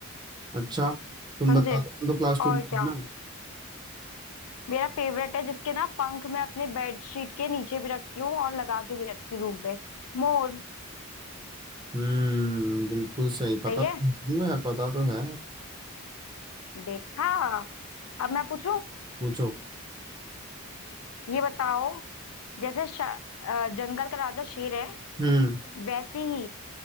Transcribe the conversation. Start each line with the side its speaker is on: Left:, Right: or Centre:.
Right: अच्छा तुम
Left: समझे
Right: बता दो तुम तो क्लास
Left: और
Right: टू की
Left: क्या
Right: हो ना
Left: मेरा फेवरेट है जिसके ना पंख मैं अपने बेडशीट के नीचे भी रखती हूँ और लगा के भी रखती हूँ रूम पे मोर
Right: हम्म बिल्कुल सही पता
Left: सही
Right: तो
Left: है
Right: है यार पता तो है
Left: देखा अब मैं पूछूं
Right: पूछो
Left: ये बताओ जैसे श- अ, जंगल का राजा शेर है
Right: हम्म
Left: वैसे ही